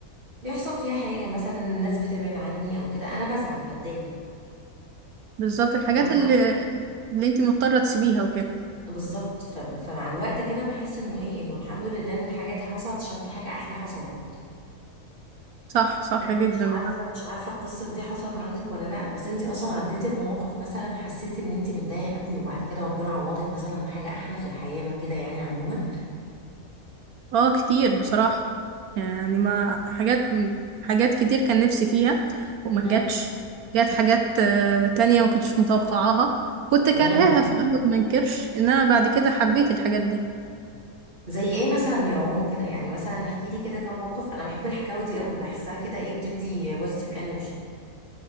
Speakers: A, on the right; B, on the right.
A: بيحصل فيها حاجة مثلا الناس بتبعد عني أو كده أنا بزعل بتضايق
B: بالظبط الحاجات
A: مع الوقت
B: اللي اللي انت مضطره تسيبيها وكده
A: بالظبط ف- فمع الوقت كده بحس إنه إيه إنه الحمد لله إن الحاجة دي حصلت عشان في حاجة أحلى حصلت
B: صح صح
A: أنا
B: جدا
A: مش عارفة
B: معاك
A: مش عارفة القصة دي حصلت عندك ولا لأ بس أنتي أصلا عديتي بمواقف مثلا حسيتي إن أنتي متضايقة قوي وبعد كده ربنا عوضك مثلا بحاجة أحلى في الحياة ما كده يعني عموما
B: اه كتير بصراحه يعني ما حاجات حاجات كتير كان نفسي فيها وما
A: مم.
B: جاتش جات حاجات آه، تانية ما كنتش متوقعاها كنت كارهاها
A: تمام
B: في الاول ما انكرش ان انا بعد كده حبيت الحاجات دي
A: زي ايه مثلا يا روان كده يعني مثلا احكي لي كده كم موقف انا بحب الحكاوي دي قوي بحسها كده ايه بتدي بوزيتيف انرجي